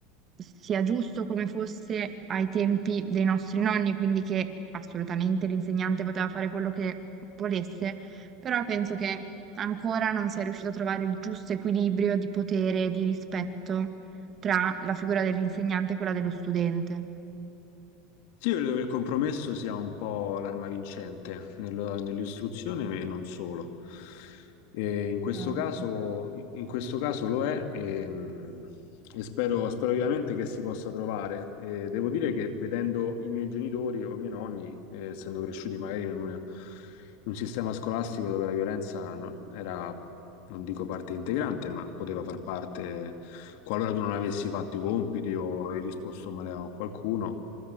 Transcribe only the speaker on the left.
Sì, io credo che il compromesso sia un po' l'arma vincente nella- nell'istruzione e non solo. E in questo
caso, in questo caso lo è e, mh, e spero, spero vivamente che si possa trovare. E devo dire che vedendo i miei genitori o i miei nonni, eh, essendo cresciuti magari in, una- in un sistema scolastico dove la violenza no- era, non dico parte integrante, ma poteva far parte qualora tu non avessi fatto i compiti o avevi risposto male a qualcuno,